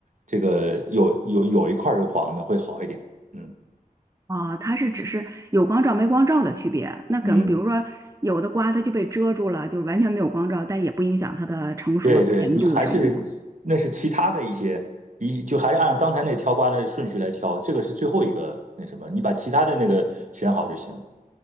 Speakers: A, on the right; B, on the right.
A: 这个有有有一块儿是黄的会好一点。嗯
B: 啊，它是只是有光照没光照的区别。那可能比如说有的瓜它就被遮住了，
A: 嗯。
B: 就是完全没有光照，但也不影响它的成熟啊甜度什么的。
A: 对对，你还是那是其他的一些，一就还是按刚才那挑瓜的顺序来挑，这个是最后一个那什么，你把其他的那个选好就行。